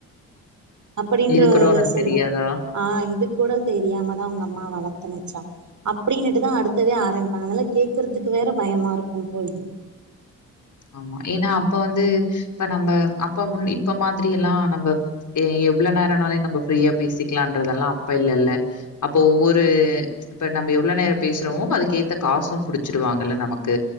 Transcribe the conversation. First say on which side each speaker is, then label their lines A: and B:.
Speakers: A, on the right (about 50°); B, on the left (about 55°).
A: அப்டின்ற
B: இது கூட
A: அ
B: உனக்கு
A: சொல்வாங்
B: தெரியாதா?
A: ஆ இது கூட தெரியாம தா உங்க அம்மா வளத்துனுச்சா அப்டினுட்டு தா அடுத்ததே ஆரம் அங்கதலா கேக்குறதுக்கு வேற பயமா இருக்கு போயி
B: ஆமா ஏனா அப்ப வந்து இப்ப நம்ப அப்ப முன் இப்ப மாதிரியெல்லா நம்ப எவ்ளோ நேரம்னாலே நம்ப ஃப்ரியா பேசிக்கலான்றதெல்லாம் அப்ப இல்லல்ல அப்ப ஒவ்வொரு இப்ப நம்ப எவ்ள நேர பேசுறோ அதுக்கு ஏத்த காசு புடிச்சிடுவாங்கல்ல நமக்